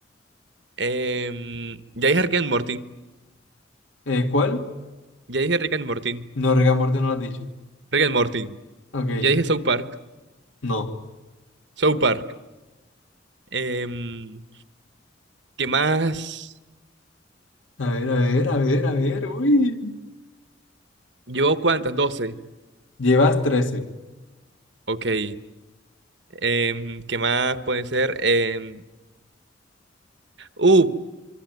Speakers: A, on the right; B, on the left.
A: Em, ya dije Rick and Morty.
B: Eh, ¿cuál?
A: Ya dije Rick and Morty.
B: No, Rick and Morty no lo has dicho.
A: Rick and Morty.
B: Ok,
A: Ya dije South Park.
B: no.
A: South Park. Em, ¿qué más?
B: A ver, a ver, a ver, a ver. Uy.
A: ¿Llevo cuántas? doce
B: Llevas trece,
A: Ok. Em, ¿qué más puede ser? Em, uh,